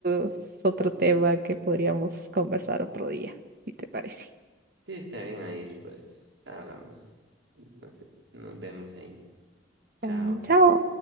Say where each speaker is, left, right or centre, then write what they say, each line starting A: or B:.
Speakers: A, on the right (about 50°); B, on the right (about 80°).
A: es es otro tema que podríamos conversar otro día, si te parece.
B: sí, está bien, ahí después hablamos. Entonces, nos vemos ahí. Chao.
A: Está bien, chao.